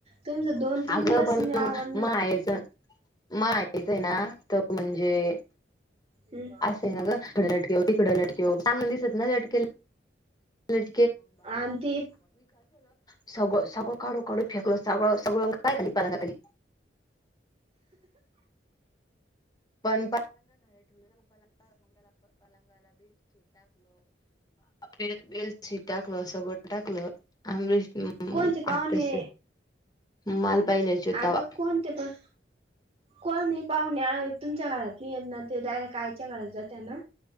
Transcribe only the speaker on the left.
अगं
पण
मग
मायचं <unintelligible>
असे ना ग तिकडं लटके तिकडं लटकेव चांग दिसत ना लटकेला <unintelligible> लं
सगळं सगळं काढू काढू फेकलं सगळं सगळं पाया खाली पालंगा खाली. पन <unintelligible> <unintelligible>
आत्ताशी माल पाहिल्याची तवा